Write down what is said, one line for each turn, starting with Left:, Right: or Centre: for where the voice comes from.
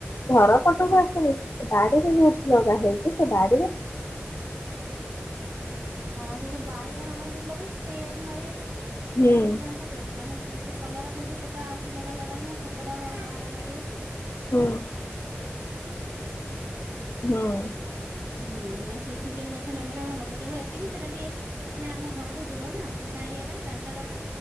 Left: ଘର <unintelligible> ସେ ବାଡିରେ ଯୋଉଠି ଲଗା ହେଇଛି ସେ ବାଡିରେ
Right: ହଁ, ସେ ଯୋଉ ବାଇଗଣ ଆମର ଯୋଉଠି ଲଗେଇଛୁ ସେଇ ଆଡେ ନଈ ଅଛି
Left: ହୁଁ
Right: ସେଇ ପା <unintelligible> କଲରା ଭେଣ୍ଡି ସେଟା ଆଉ ଗୋଟେ ଜାଗାରେ ଲଗାହେଇଥିଲା ସେପଟେ ଅଲଗା ଆଡ଼େ ବାଡି ଅଛି।
Left: ହୁଁ।
Right: କିଛି ନାଇଁ ଏତେ।
Left: ହଁ।
Right: ହୁଁ, ନହେଲେ ସେଠି ଯୋଉ ଗଛ ଲଗେଇଲେ ମୋର ବଞ୍ଚେ। କେବଳ ଏତିକି ସେଟା ଟିକେ ମାନେ ଆମ ଘରଠୁ ଦୂର ନା ଫାଙ୍କା ଏରିଆ ଟା ରାସ୍ତା କର ଟା